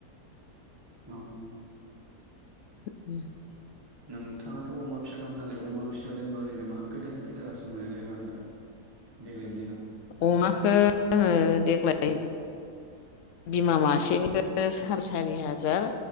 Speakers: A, on the right; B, on the left.
A: औ।
B: <inaudible>
A: नोंथाङाथ' अमा फिसा खालामो नालाय अमा फिसायाव जेनेबा ओरैनो मा खैथा खैथासो मोनो जेनेबा नोंथां। देग्लायनि दिनाव
B: अमाखौ आङो देग्लाय बिमा मासेनिफ्राय सार सारि हाजार